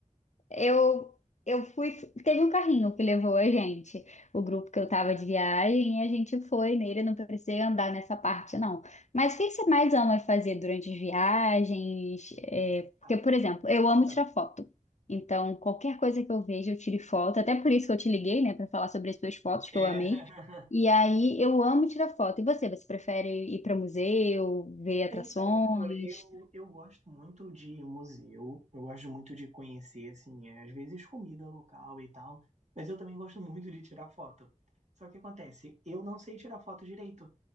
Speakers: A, on the left; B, on the right.
A: Eu, eu fui. Teve um carrinho que levou a gente, o grupo que eu tava de viagem, e a gente foi nele. Eu não precisei andar nessa parte, não. Mas o que que você mais ama fazer durante as viagens? É,
B: Ah,
A: porque, por exemplo, eu amo
B: ah.
A: tirar foto. Então, qualquer coisa que eu vejo, eu tiro foto. Até por isso que eu te liguei, né, para falar sobre as suas fotos que
B: É.
A: eu amei.
B: <laughs>
A: E aí, eu amo tirar foto. E você? Você prefere ir para museu, ver atrações?
B: Então, pô, eu, eu gosto muito de museu, eu gosto muito de conhecer, assim, é, às vezes comida local e tal, mas eu também gosto muito de tirar foto. Só que acontece, eu não sei tirar foto direito.